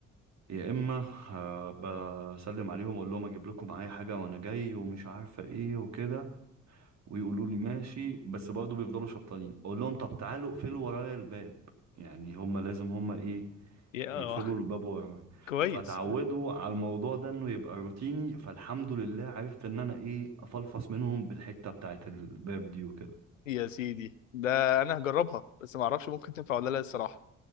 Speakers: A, on the right; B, on the left.
A: يا اما آه، بسلم عليهم اقول لهم اجيب لكم معايا حاجة وانا جاي ومش عارفة ايه وكده ويقولوا لي ماشي بس برضه بيفضلوا شبطانين اقول لهم طب تعالوا اقفلوا ورايا الباب يعني هما لازم هما ايه
B: يا اه
A: يقفلوا الباب ورايا
B: <laughs> كويس
A: فتعودوا على الموضوع ده انه يبقى روتيني فالحمد لله عرفت ان انا ايه افلفص منهم بالحتة بتاعت الباب دي وكده
B: يا سيدي ده انا هجربها بس ما اعرفش ممكن تنفع ولا لا الصراحه